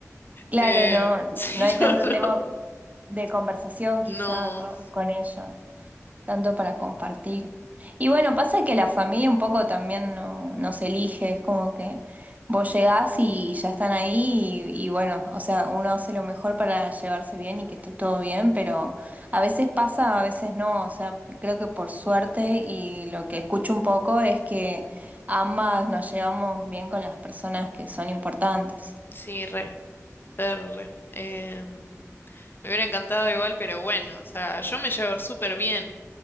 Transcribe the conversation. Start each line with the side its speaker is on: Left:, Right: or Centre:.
Right: Claro,
Left: Eh,
Right: no,
Left: <laughs> sí,
Right: no hay tanto
Left: no,
Right: tema
Left: no,
Right: de conversación quizá
Left: no,
Right: con, con ellos. tanto para compartir. Y bueno, pasa que la familia un poco también no, nos elige, es como que vos llegás y ya están ahí y, y bueno, o sea, uno hace lo mejor para llevarse bien y que esté todo bien, pero a veces pasa, a veces no, o sea, creo que por suerte y lo que escucho un poco es que ambas nos llevamos bien con las personas que son importantes.
Left: sí, re, re, re. Eh, me hubiera encantado igual, pero bueno, o sea, yo me llevo súper bien.